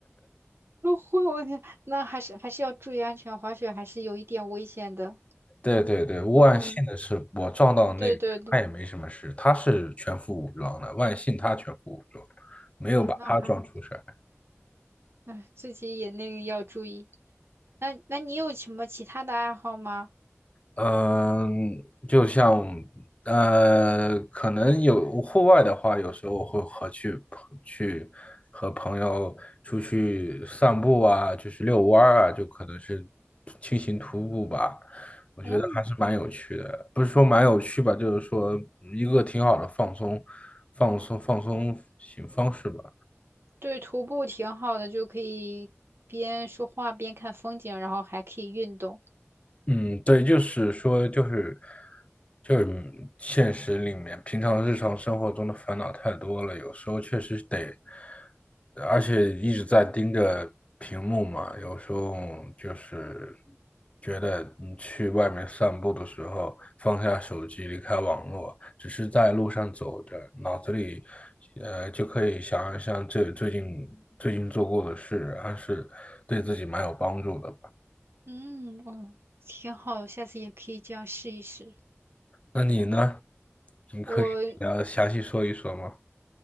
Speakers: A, on the right; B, on the left.
A: 我会，我天，那还是还是要注意安全，滑雪还是有一点危险的。
B: 对对对，万幸的是我撞到那个人，
A: 嗯，对对对，
B: 他也没什么事，他是全副武装的，万幸他全副武装，没有把他撞出事儿。
A: 嗯，那还。哎，自己也那个要注意。那那你有什么其他的爱好吗？
B: 嗯，就像呃，可能有户外的话，有时候我会和去去和朋友出去散步啊，就是遛弯儿啊，就可能是轻型徒步吧。我觉得还是蛮有趣的，
A: 嗯，
B: 不是说蛮有趣吧，就是说一个挺好的放松、放松、放松型方式吧。
A: 对，徒步挺好的，就可以边说话边看风景，然后还可以运动。
B: 嗯，对，就是说，就是就是现实里面，平常日常生活中的烦恼太多了，有时候确实得，而且一直在盯着屏幕嘛，有时候就是觉得你去外面散步的时候，放下手机，离开网络，只是在路上走着，脑子里呃就可以想一想这最近最近做过的事，还是对自己蛮有帮助的。
A: 嗯，哦，挺好，下次也可以这样试一试。
B: 那你呢？你可以聊详细说一说吗？
A: 我